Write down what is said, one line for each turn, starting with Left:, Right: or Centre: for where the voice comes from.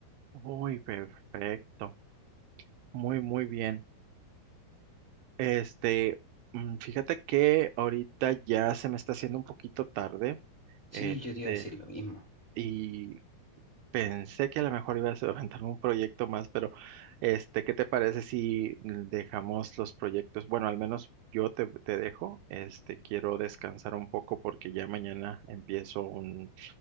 Right: Uy, perfecto. Muy, muy bien. Este, mm, fíjate que ahorita ya se me está haciendo un poquito tarde.
Left: Sí,
Right: Este,
Left: yo te iba a decir lo mismo.
Right: y Pensé que a lo mejor ibas a aventarme un proyecto más, pero este, ¿qué te parece si dejamos los proyectos? Bueno, al menos yo te, te dejo. Este, quiero descansar un poco porque ya mañana empiezo un,